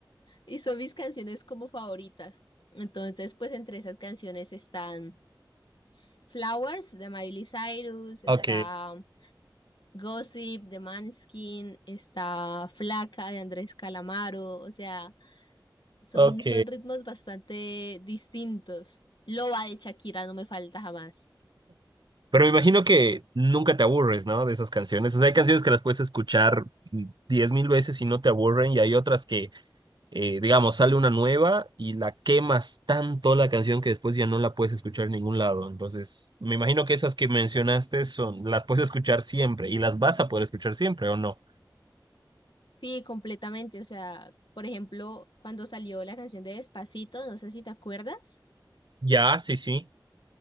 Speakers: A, on the left (about 75°); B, on the right (about 70°).
A: y son mis canciones como favoritas. Entonces, pues entre esas canciones están Flowers de Miley Cyrus, está
B: Ok,
A: Gossip de Maneskin, está Flaca de Andrés Calamaro, o sea, son,
B: ok.
A: son ritmos bastante distintos. Loba de Shakira no me falta jamás.
B: Pero me imagino que nunca te aburres, ¿no? De esas canciones. O sea, hay canciones que las puedes escuchar diez mil veces y no te aburren, y hay otras que, eh, digamos, sale una nueva y la quemas tanto la canción que después ya no la puedes escuchar en ningún lado. Entonces, me imagino que esas que mencionaste son, las puedes escuchar siempre y las vas a poder escuchar siempre, ¿o no?
A: Sí, completamente, o sea, por ejemplo, cuando salió la canción de Despacito, no sé si te acuerdas,
B: Ya, sí, sí.